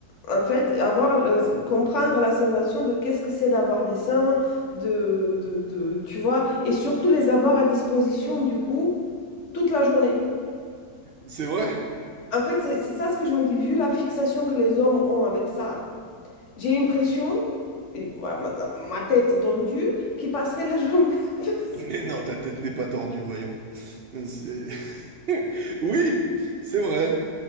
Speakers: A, on the left; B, on the right.
A: En fait, avoir, euh, comprendre la sensation de qu'est-ce que c'est d'avoir des seins, de, de, de- tu vois, et surtout les avoir à disposition, du coup, toute la journée.
B: c'est vrai.
A: En fait, c'est c'est ça ce que je me dis, vu la fixation que les hommes ont avec ça, j'ai l'impression, et ma, ma- ma tête tordue, qu'ils passeraient la journée <laughs> à faire ça.
B: Mais non, ta tête n'est pas tordue, voyons. C'est... <laughs> Oui, c'est vrai.